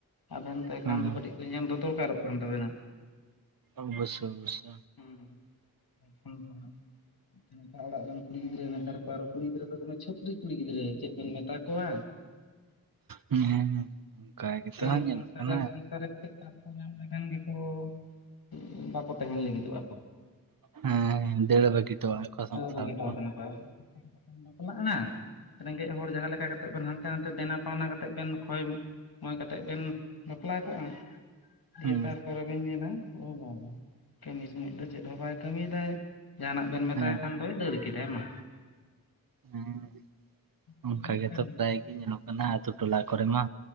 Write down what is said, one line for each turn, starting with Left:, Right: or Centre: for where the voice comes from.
Left: ᱟᱵᱮᱱ ᱛᱚ ᱮᱠᱟᱱᱛᱚ
Right: ᱦᱮᱸ
Left: ᱠᱟᱹᱴᱤᱡ ᱼᱼ ᱟ <inaudible> ᱧᱮᱞ ᱫᱚ ᱫᱚᱨᱠᱟᱨᱚᱜ ᱠᱟᱱ ᱛᱟᱵᱮᱱᱟ।
Right: ᱚᱵᱚᱥᱥᱳ ᱚᱵᱚᱥᱥᱳ
Left: ᱦᱩᱸᱸ ᱥ ᱯᱷᱳᱱ ᱠᱚ ᱦᱟᱸᱜ ᱱᱮᱛᱟᱨ ᱚᱲᱟᱜ ᱨᱮᱱ ᱼᱼ ᱠᱩᱲᱤ ᱜᱤᱫᱽᱨᱟᱹ ᱱᱮᱛᱟᱨ ᱠᱚ ᱟᱨᱚ ᱠᱩᱲᱤ ᱜᱤᱫᱽᱨᱟᱹ ᱫᱚᱢᱮ ᱪᱷᱟᱹᱯᱨᱤ ᱠᱩᱤ ᱜᱤᱫᱽᱨᱟᱹ ᱪᱮᱫ ᱵᱚᱱ ᱢᱮᱛᱟ ᱠᱚᱣᱟ।
Right: ᱦᱮᱸ ᱦᱮᱸ ᱦᱮᱸ ᱚᱱᱠᱟ
Left: ᱠᱟᱹᱴᱤᱡ
Right: ᱜᱮᱛᱚ
Left: ᱵᱮᱱ
Right: ᱦᱟᱸᱜ ᱧᱮᱞᱚᱜ
Left: ᱥᱚᱝᱥᱟᱨ
Right: ᱠᱟᱱᱟ।
Left: ᱨᱮ ᱥᱚᱝᱥᱟᱨ ᱨᱮ ᱠᱟᱹᱴᱤᱡ ᱠᱟᱯ ᱠᱚ ᱧᱟᱢ ᱞᱮᱠᱷᱟᱱ ᱜᱮᱠᱚ ᱵᱟᱠᱚ ᱛᱟᱦᱮᱱ ᱞᱟᱹᱜᱤᱫ। <inaudible>
Right: ᱦᱮᱸ ᱫᱟᱹᱲ ᱵᱟᱹᱜᱤ ᱛᱚ ᱟᱠᱚ
Left: ᱫᱟᱹᱲ
Right: ᱥᱚᱝᱥᱟᱨ
Left: ᱵᱟᱹᱜᱤ ᱦᱚᱴᱚ
Right: ᱠᱚ
Left: ᱟᱵᱤᱱᱟᱠᱚ ᱟᱵᱤᱱ? <inaudible> ᱵᱟᱯᱞᱟᱜᱼᱟ ᱨᱮᱸᱜᱮᱡ ᱦᱚᱲ ᱡᱟᱦᱟᱸ ᱞᱮᱠᱟ ᱠᱟᱛᱮ ᱵᱮᱱ ᱦᱟᱱᱛᱮ ᱱᱟᱛᱮ ᱫᱮᱱᱟ ᱯᱟᱣᱱᱟ ᱠᱟᱛᱮᱫ ᱵᱮᱱ ᱠᱷᱚᱭ ᱼᱼ ᱠᱚᱭ ᱠᱟᱛᱮᱫ ᱵᱤᱱ ᱵᱟᱯᱞᱟ ᱠᱚᱜᱼᱟ ᱫᱤᱭᱮ
Right: ᱦᱮᱸ
Left: ᱛᱟᱨ ᱼᱼ ᱯᱚᱨᱮ ᱯᱚᱨᱮ ᱵᱤᱱ ᱧᱮᱞᱟ ᱳ ᱵᱟᱵᱟ ᱠᱟᱹᱢᱤ ᱥᱚᱢᱚᱭ ᱫᱚ ᱪᱮᱫ ᱦᱚᱸ ᱵᱟᱭ ᱠᱟᱹᱢᱤᱭᱮᱫᱟᱭ। ᱡᱟᱦᱟᱱᱟᱜ ᱵᱮᱱ ᱢᱮᱛᱟᱭ
Right: ᱦᱮᱸ
Left: ᱠᱷᱟᱱ ᱫᱚᱭ ᱫᱟᱹᱲ ᱠᱮᱫᱟᱭ ᱢᱟ।
Right: ᱦᱮᱸ
Left: ᱦᱩᱭᱩᱜ
Right: ᱚᱱᱠᱟ ᱜᱮᱛᱚ
Left: ᱠᱟᱱ
Right: ᱯᱨᱟᱭ ᱜᱮ ᱧᱮᱞᱚᱜ ᱠᱟᱱᱟ ᱟᱛᱳ ᱴᱚᱞᱟ ᱠᱚᱨᱮ ᱢᱟ।